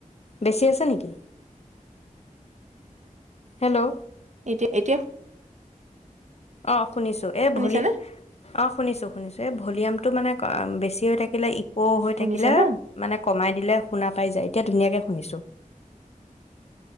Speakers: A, on the left; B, on the right.
A: বেছি আছে নেকি? হেল্ল'।
B: এতিয়া এতিয়া
A: অ'। শুনিছোঁ এই
B: শুনিছানে
A: ভলি অঁ শুনিছোঁ। শুনিছোঁ, এ ভলিউমটো মানে বেছি হৈ থাকিলে ইক হৈ
B: শুনিছা
A: থাকিলে
B: ন
A: মানে কমাই দিলে শুনা পাই যায়, এতিয়া ধুনীয়াকে শুনিছোঁ।